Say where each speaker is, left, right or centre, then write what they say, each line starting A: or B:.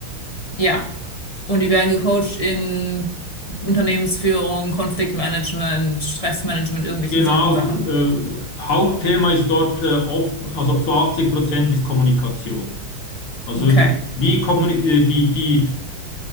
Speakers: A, on the left; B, on the left.
A: Ja. Und die werden gecoacht in Unternehmensführung, Konfliktmanagement, Stressmanagement, irgendwelchen
B: Genau,
A: solchen Sachen.
B: äh, Hauptthema ist dort äh, oft, also zu 80 Prozent ist Kommunikation. Also
A: Okay.
B: wie kommuni äh, die, die,